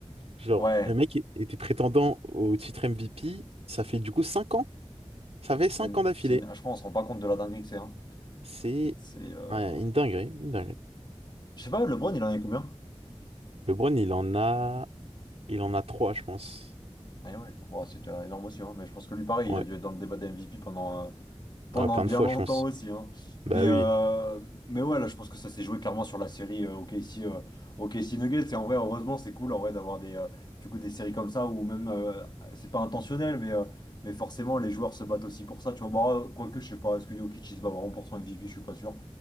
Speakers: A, on the right; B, on the left.
A: Genre,
B: Ouais,
A: le mec é- était prétendant au titre MVP. Ça fait du coup cinq ans. Ça fait cinq
B: C'est une-
A: ans d'affilée.
B: c'est une- Je pense qu'on se rend pas compte de la dinguerie que c'est. hein.
A: C'est
B: C'est. euh,
A: ouais, une dinguerie, une dinguerie.
B: Je sais pas, LeBron, il en avait combien?
A: LeBron, il en a, il en a trois, je pense.
B: Ah ouais, bon, c'est déjà énorme aussi, hein. Mais je pense que lui, pareil,
A: Ouais.
B: il a dû être dans le débat des MVP pendant, euh, pendant
A: Ouais, plein
B: bien
A: de fois,
B: longtemps
A: je pense.
B: aussi. hein. Mais,
A: Bah oui.
B: euh, Mais ouais, là, je pense que ça s'est joué clairement sur la série euh, OKC, euh, OKC Nuggets. Et en vrai, heureusement, c'est cool en vrai d'avoir des, euh, du coup, des séries comme ça où même, euh, c'est pas intentionnel, mais, euh, mais forcément, les joueurs se battent aussi pour ça. Tu vois, bah, quoique, je sais pas, est-ce que Jokic, il se bat vraiment pour son MVP? Je suis pas sûr.